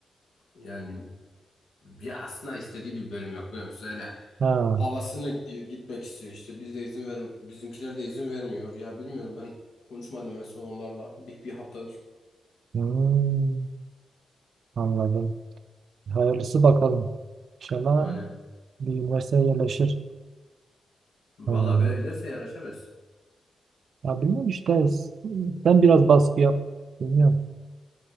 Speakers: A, on the left; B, on the right.
A: yani ya aslında istediği bir bölüm yok biliyor musun? Öyle
B: Ha.
A: havasına gidiyor gitmek istiyor işte biz de izin ver bizimkiler de izin vermiyor. Ya bilmiyorum ben konuşmadım en son onlarla bir, bir haftadır.
B: Hmm. Anladım. Hayırlısı bakalım. İnşallah
A: Aynen.
B: bir üniversiteye yerleşir.
A: Valla
B: Hmm.
A: böyle giderse yaraşamaz.
B: Ya bilmiyorum işte sen biraz baskı yap. Bilmiyorum.